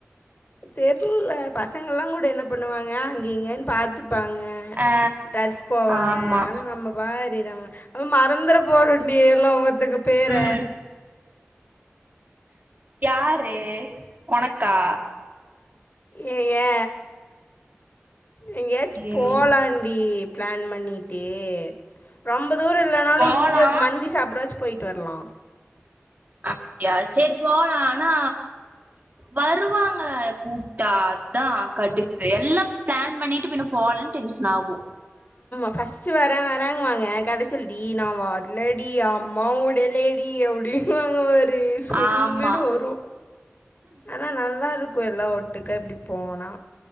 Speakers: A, on the left; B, on the right.
A: தெர்ல பசங்கள எல்லா கூட என்ன பண்ணுவாங்க அங்க இங்கன்னு பாத்து ப்பாங்க
B: ஆ
A: டர்ஃப் போவாங்க
B: ஆமா
A: ஆனா நம்ம பாரு நம்ம நம்ம மறந்துறப் போறோண்டி எல்லா ஒவ்வொருத்தங்க பேர
B: ம் யாரு ஒனக்கா
A: ஏ ஏ எங்கயாச்சு
B: ம்
A: போலாண்டி ப்ளான் பண்ணிட்டு ரொம்பக் தூரோ இல்லனாலு
B: போலா
A: இங்க மந்தி சாப்டவாச்சு போயிட்டு வர்லா
B: அப்டியா சரி போலா ஆனா வருவாங்கள கூப்ட்டா அதா கடுப்பு எல்லா ப்ளான் பண்ணிட்டு பின்ன போலனு டென்சன் ஆகு
A: ஃபஸ்டு வர வராங்குவாங்க கடைசல் டி நா வரலடி அம்மா உடலடி அபுடி வுவாங்க பாரு சுல்லுனு
B: ஆமா
A: வரு ஆனா நல்லாருக்கு எல்லா ஒட் ட்டுக்கா இப்டி போனா